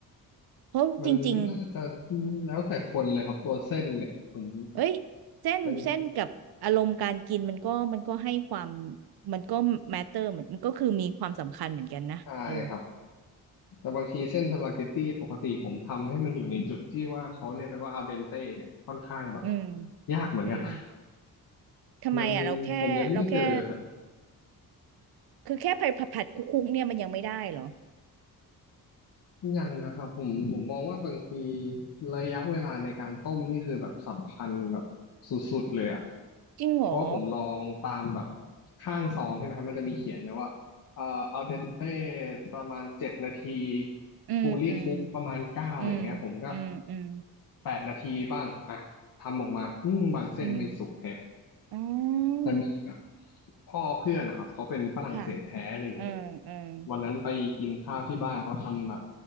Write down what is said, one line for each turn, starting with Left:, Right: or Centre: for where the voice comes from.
Right: เพราะจริงๆ
Left: มันน่าจะแล้วแต่คนเลยครับตัวเส้นเนี่ยผม
Right: เอ้ยเส้นเส้นกับอารมณ์การกินมันก็มันก็ให้ความ
Left: เป็น
Right: มันก็ matter เหมือนมันก็คือมีความสำคัญเหมือนกันนะเออ
Left: ชายครับแต่บางทีเส้นสปาเกตตี้ปกติผมทำให้มันอยู่ในจุดที่ว่าเขาเรียกกันว่าอัลเดนเต้เนี่ยค่อนข้างแบบ
Right: อืม
Left: ยากเหมือนกัน
Right: อืมทำไมอ่ะเราแค่เราแค่
Left: มันผมยังไม่เจอฮะ
Right: คือแค่ผัดผัดผัดคุกคุกๆเนี่ยมันยังไม่ได้เหรอ
Left: ยังนะครับผมผมมองว่าบางทีระยะเวลาในการต้มนี่คือแบบสำคัญแบบสุดๆเลยอ่ะ
Right: จริงเหรอ
Left: เพราะว่าผมลองตามแบบข้างซองใช่ไหมครับมันจะมีเขียนเลยว่าเอ่ออัลเดนเต้ประมาณเจ็ดนาที
Right: อืมอืม
Left: ฟูลี่คุกประมาณเก้าอย่างเงี้ยผมก็
Right: อืมอืมอืม
Left: แปดนาทีบ้างอ่ะทำออกมาอืมบางเส้นไม่สุกแฮะ
Right: อืมอ๋อ
Left: แต่มีแบบ พ่อเพื่อนนะครับเขาเป็นฝรั่งเศสแท้เลยอย่างเงี้ย
Right: ค่ะอืมอืม
Left: วันนั้นไปกินข้าวที่บ้านเขาทำแบบ